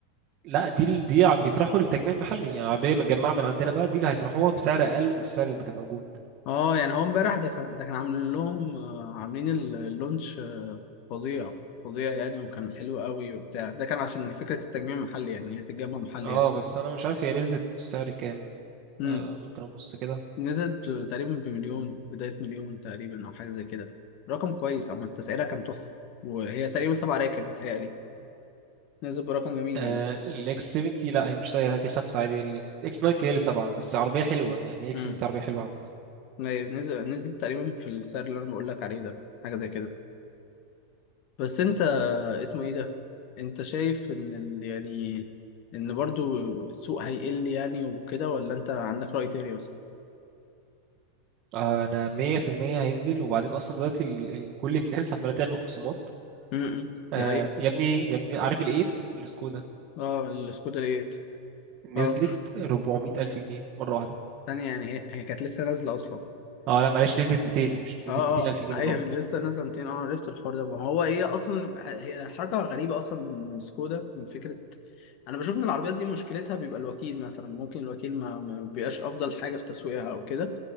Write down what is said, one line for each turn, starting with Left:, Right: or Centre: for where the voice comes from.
Right: لا دي ال- دي ع- بيطرحوا للتجميع المحلي يعني عربيه متجمعه من عندنا بقى دي اللي هيطرحوها بسعر اقل من السعر اللي كان موجود
Left: اه يعني هو امبارح ده كان ده كان عامل لهم آه، عاملين ال- اللونش آه، فظيع
Right: مم.
Left: فظيع يعني وكان حلو قوي وبتاع ده كان عشان فكره التجميع المحلي يعني هي تتجمع محلي
Right: اه
Left: هنا.
Right: بس انا مش عارف هي نزلت في سعر كام
Left: امم
Right: آه ممكن ابص كده
Left: نزل ب- تقريبا بمليون بداية مليون تقريبا أو حاجة زي كده رقم كويس عامة التسعيرة كان تحفة وهي تقريبا سبع راكب بتهيألي نزل برقم جميل
Right: آه
Left: يعني
Right: الاكس 70 لا هي مش سعر هي دي خمسه عادي الاكس 90 هي اللي سبعه بس عربيه حلوه يعني اكس
Left: امم
Right: 70 عربيه حلوه عامه
Left: نزل نزل تقريبا في السعر اللي أنا بقول لك عليه ده حاجة زي كده بس أنت اسمه إيه ده؟ أنت شايف إن ال... يعني إن برضو السوق هيقل يعني وكده ولا أنت عندك رأي تاني بس؟
Right: آه، انا 100% هينزل وبعدين اصلا دلوقتي ال... ال... كل الناس عماله تعمل خصومات
Left: امم
Right: آه
Left: دي حقيقة
Right: يا ابني يا ابني عارف الايت السكودا
Left: اه السكودا ايه
Right: نزلت
Left: اه
Right: 400 الف جنيه مره واحده
Left: تانية يعني هي... هي كانت لسه نازلة أصلا
Right: اه لا معلش نزلت 200 مش
Left: اه
Right: نزلت 200
Left: اه
Right: الف جنيه
Left: ايوه
Right: مره واحده
Left: لسه نازله 200 اه عرفت الحوار ده ما هو ايه اصلا هي حركه غريبه اصلا من من سكودا من فكره انا بشوف ان العربيات دي مشكلتها بيبقى الوكيل مثلا ممكن الوكيل ما, ما بيبقاش افضل حاجه في تسويقها او كده